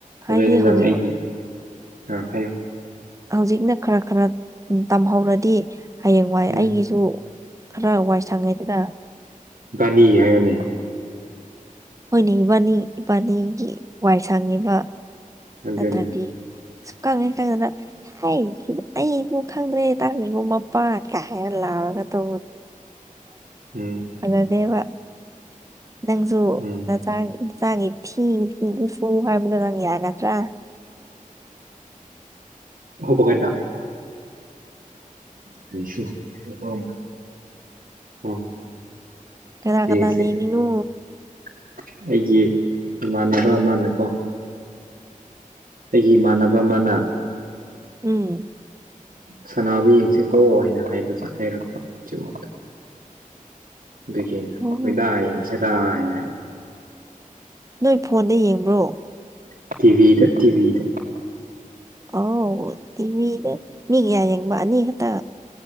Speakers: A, on the right (about 80°); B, on the right (about 20°).
A: ꯑꯗꯨꯏꯗꯤ
B: ꯍꯥꯏꯗꯤ
A: ꯅꯪ
B: ꯍꯧꯖꯤꯛ
A: ꯑꯩꯒꯤ ꯑ ꯍꯥꯏꯌꯣ
B: ꯍꯧꯖꯤꯛꯅ ꯈꯔ ꯈꯔ ꯇꯝꯍꯧꯔꯗꯤ ꯍꯌꯦꯡꯋꯥꯏ
A: ꯎꯝ
B: ꯑꯩꯒꯤꯁꯨ ꯈꯔ ꯋꯥꯏ ꯁꯪꯉꯦꯗꯅ
A: ꯕꯥꯅꯤ ꯍꯥꯏꯌꯅꯦ
B: ꯑꯩꯈꯣꯏꯅ ꯏꯕꯥꯅꯤ ꯏꯕꯥꯅꯤꯒꯤ ꯋꯥꯏ ꯁꯪꯉꯤꯕ
A: ꯑꯗꯨꯅꯤ
B: ꯅꯠꯇ꯭ꯔꯗꯤ ꯀꯥꯉ ꯀꯉꯅ ꯍꯥꯏ ꯁꯤ ꯑꯩꯕꯨ ꯈꯪꯗ꯭ꯔꯦꯇꯥꯥꯔꯁꯤꯕ ꯃꯄꯥ ꯀꯩ ꯍꯥꯏꯔ ꯂꯥꯎꯑꯔꯒ ꯇ
A: ꯎꯝ
B: ꯑꯗꯦꯕ ꯅꯪꯁꯨ
A: ꯎꯝ
B: ꯅꯆꯥ ꯅꯆꯥꯒꯤ ꯐꯤ ꯐꯤꯗꯨ ꯁꯨ ꯍꯥꯏꯕꯗ ꯌꯥꯒꯇ꯭ꯔꯥ
A: ꯍꯕ ꯀꯥꯏꯗ ꯈꯁꯨꯗ ꯎ
B: ꯀꯅꯥ
A: <inaudible>
B: ꯀꯅꯥ ꯂꯩꯔꯤꯅꯣ
A: ꯑꯩꯒꯤ ꯏꯃꯥꯟꯅꯕ ꯑꯃꯅꯀꯣ ꯑꯩꯒꯤ ꯏꯃꯥꯟꯅꯕ ꯑꯃꯅ
B: ꯎꯝ
A: ꯁꯅꯥꯕꯨ ꯌꯦꯡꯁꯤ ꯀꯧꯑꯣ ꯍꯥꯏꯅ ꯍꯥꯏꯕ ꯍꯥꯏꯔꯛꯄ ꯎꯆꯃꯛꯇꯣ ꯑꯗꯨꯒꯤꯩꯅ
B: ꯑꯣ
A: ꯍꯣꯏꯗꯥ ꯍꯌꯦꯡ ꯁꯦꯗꯥ ꯍꯥꯏꯅ ꯍꯥꯏꯕ
B: ꯅꯣꯏ ꯐꯣꯟꯗ ꯌꯦꯡꯕ꯭ꯔꯣ
A: ꯇꯗꯤꯕꯤꯤꯗ ꯇꯗꯤꯕꯤꯤꯗ
B: ꯑꯥꯎ ꯇꯤꯚꯤ ꯃꯤꯒꯌꯥ ꯌꯦ ꯃꯥꯅꯤ ꯇ